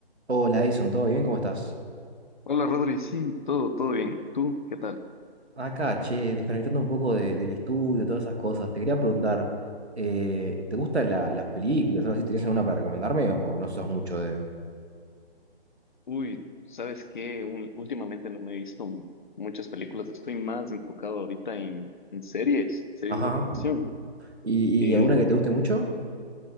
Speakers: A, on the right; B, on the left.
A: Hola Edison, ¿todo bien? ¿Cómo estás?
B: Hola Rodri, sí, todo, todo bien. ¿Tú qué tal?
A: Acá, che, desconectando un poco de- del estudio, todas esas cosas. Te quería preguntar, eh, ¿te gustan la- las películas? ¿Algo así? ¿Tenés alguna para recomendarme o no sos mucho de...?
B: Uy, ¿sabes qué? Un- últimamente no me he visto m- muchas películas, estoy más enfocado ahorita en, en series, series
A: Ajá.
B: de televisión.
A: ¿Y,
B: Eh,
A: y alguna que te guste mucho?